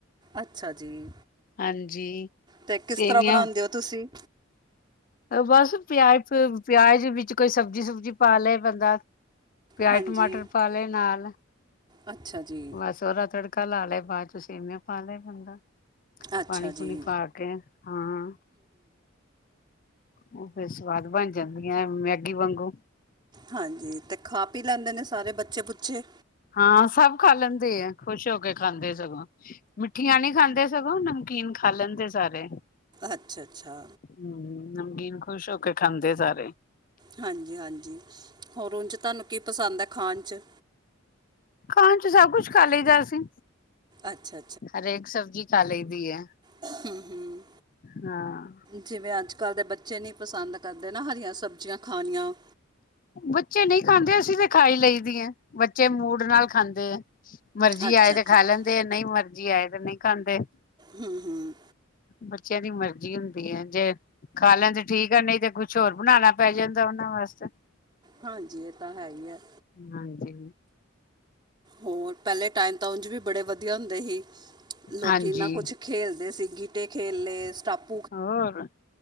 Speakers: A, on the right; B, on the left.
A: ਅੱਛਾ ਜੀ,
B: ਹਾਂਜੀ
A: ਤੇ ਕਿਸ
B: ਸੇਵੀਆਂ
A: ਤਰ੍ਹਾਂ ਬਣਾਉਂਦੇ ਹੋ ਤੁਸੀਂ?
B: ਬਸ ਪਿਆਜ ਪਿਉਜ ਪਿਆਜ ਵਿੱਚ ਕੋਈ ਸਬਜ਼ੀ ਸੁਬਜੀੀ ਪਾ ਲੈ ਬੰਦਾ। ਪਿਆਜ
A: ਹਾਂਜੀ
B: ਟਮਾਟਰ ਪਾ ਲੇ ਨਾਲ।
A: ਅੱਛਾ ਜੀ।
B: ਬਸ ਉਹਦਾ ਤੜਕਾ ਲਾ ਲੈ, ਬਾਅਦ ਵਿਚ ਸੇਵੀਆਂ ਪਾ ਲੈ ਬੰਦਾ।
A: ਅੱਛਾ
B: ਪਾਣੀ ਪੂਣੀ
A: ਜੀ
B: ਪਾ ਕੇ ਹਾਂ। ਉਹ ਫਿਰ ਸਵਾਦ ਬਣ ਜਾਂਦੀਆਂ ਮੈਗੀ ਵਾਂਗੂ।
A: ਹਾਂਜੀ ਤੇ ਖਾ ਪੀ ਲੈਂਦੇ ਨੇ ਸਾਰੇ ਬੱਚੇ ਬੁੱਚੇ।
B: ਹਾਂ ਸਭ ਖਾ ਲੈਂਦੇ ਆ ਖੁਸ਼ ਹੋ ਕੇ ਖਾਂਦੇ ਸਗੋਂ। ਮਿੱਠੀਆਂ ਨਹੀਂੀ ਖਾਂਦੇ ਸਗੋਂ, ਨਮਕੀਨ ਖਾ ਲੈਂਦੇ ਸਾਰੇ।
A: ਅੱਛਾ ਅੱਛਾ।
B: ਹੂੰ ਨਮਕੀਨ ਖੁਸ਼ ਹੋ ਕੇ ਖਾਂਦੇ ਸਾਰੇ।
A: ਹਾਂਜੀ ਹਾਂਜੀ ਹੋਰ ਉਂਜ ਤਾਨੂੰ ਕੀ ਪਸੰਦ ਹੈ ਖਾਣ ਚ।
B: ਖਾਣ ਚ ਸਭ ਕੁਛ ਖਾ ਲਈਦਾ ਅਸੀਂ।
A: ਅੱਛਾ
B: ਹਰੇਕ ਸਬਜ਼ੀ ਖਾ ਲਈਦੀ ਏ।
A: ਹੂੰ ਹੂੰ।
B: ਹਾਂ।
A: ਜਿਵੇਂ ਅੱਜ ਕੱਲ੍ਹ ਦੇ ਬੱਚੇ ਨਹੀਂ ਪਸੰਦ ਕਰਦੇ ਨਾ ਹਰੀਆਂ ਸਬਜ਼ੀਆਂ ਖਾਣੀਆਂ।
B: ਬੱਚੇ ਨਹੀਂ ਖਾਂਦੇ ਅਸੀਂ ਤੇ ਖਾਈ ਲਈ ਦੀ ਏ, ਬੱਚੇ ਮੂਡ ਨਾਲ ਖਾਂਦੇ ਹੈ। ਮਰਜੀੀ
A: ਅੱਛਾ
B: ਆਏ ਤੇ
A: ਅੱਛਾ
B: ਖਾ ਲੈਂਦੇ ਆ, ਨਹੀਂ ਮਰਜੀੀ ਆਏ ਤੇ ਨਹੀਂ ਖਾਂਦੇ।
A: ਹੂੰ ਹੂੰ।
B: ਬੱਚਿਆਂ ਦੀ ਮਰਜ਼ੀ ਹੁੰਦੀ ਹੈ ਜੇ ਖਾ ਲੈਣਦੇ ਠੀਕ ਆ, ਨਹੀਂ ਤੇ ਕੁਛ ਹੋਰ ਬਣਾਣਾ ਪੈ ਜਾਂਦਾ ਉਹਨਾਂ ਵਾਸਤੇ।
A: ਹਾਂਜੀ ਇਹ ਤਾਂ ਹੈ ਹੀ ਹੈ।
B: ਹਾਂਜੀ।
A: ਹੋਰ ਪਹਿਲੇ ਟਾਈਮ ਤਾਂ ਉਂਝ ਵੀ ਬੜੇ ਵਧੀਆ ਹੁੰਦੇ ਸੀ, ਲੋਕੀ
B: ਹਾਂਜੀ
A: ਇਨਾ ਕੁਛ ਖੇਲਦੇ ਸੀ ਗਿੱਟੇ ਖੇਲਏ ਸਟੱਪ
B: ਹੋਰ